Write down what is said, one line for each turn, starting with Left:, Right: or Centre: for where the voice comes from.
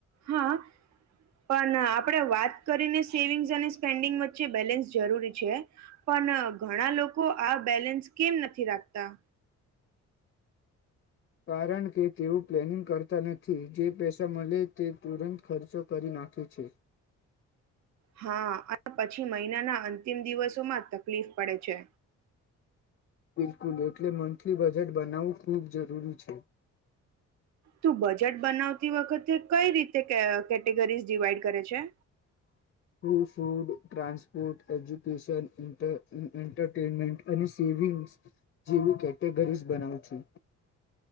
Right: હા પણ આપણે વાત કરીને સેવિંગ્સ અને સ્પેન્ડિંગ વચ્ચે બેલેન્સ જરૂરી છે પણ ઘણા લોકો આ બેલેન્સ કેમ નથી રાખતા
Left: કારણ કે તેઓ પ્લેનિંગ કરતા નથી, જે પેસા મલે તે તુરંત ખર્ચો કરી નાખે છે.
Right: હા, અને પછી મહિનાના અંતિમ દિવસોમાં તકલીફ પડે છે.
Left: બિલકુલ, એટલે મંથલી બજેટ બનાવવું ખૂબ જરૂરી છે.
Right: તુ બજેટ બનાવતી વખતે કઈ રીતે ક, કેટેગરીઝ ડિવાઈડ કરે છે?
Left: ટુ ફૂડ ટ્રસ ફુટ, એજ્યુકેશન, ઇન્ટર, એન્ટરટેનમેન્ટ અને સેવિંગ્સ જેવી કેટેગરીઝ બનાવું છું.